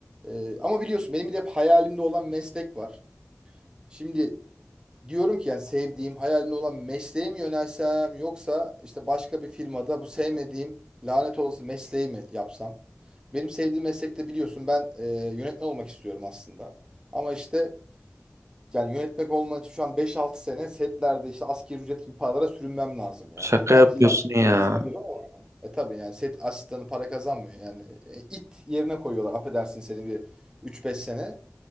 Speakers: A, on the right; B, on the right.
A: Ee, ama biliyorsun benim bir de hep hayalimde olan meslek var. Şimdi diyorum ki yani sevdiğim, hayalimde olan mesleğe mi yönelsem yoksa işte başka bir firmada bu sevmediğim lanet olası mesleği mi yapsam? Benim sevdiğim meslekte biliyorsun ben e, yönetmen olmak istiyorum aslında. Ama işte yani yönetmek olman için şu an beş altı sene setlerde işte asgari ücret gibi paralara sürünmem lazım yani.
B: Şaka
A: Hani belki
B: yapıyorsun
A: ileride
B: ya.
A: kazanabilir ama e tabii yani set asistanı para kazanmıyor. Yani e, it yerine koyuyorlar affedersin seni bir üç beş sene.